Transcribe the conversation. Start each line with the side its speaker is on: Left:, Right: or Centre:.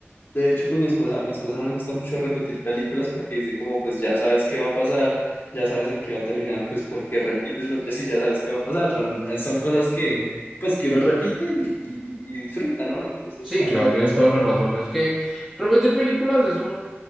Left: De hecho, con mi esposa, a mi esposa no le gusta mucho repetir películas porque dice como, pues ya sabes qué va a pasar, ya sabes en qué va a terminar, pues porque repites los días y ya sabes qué va a pasar, pero eh, son cosas que, pues que uno repite y, y- y disfruta, ¿no? Entonces,
Centre: Sí,
Left: a
Centre: claro,
Left: mí me
Centre: tienes
Left: pasa
Centre: toda la
Left: que...
Centre: razón. Es que repetir películas es un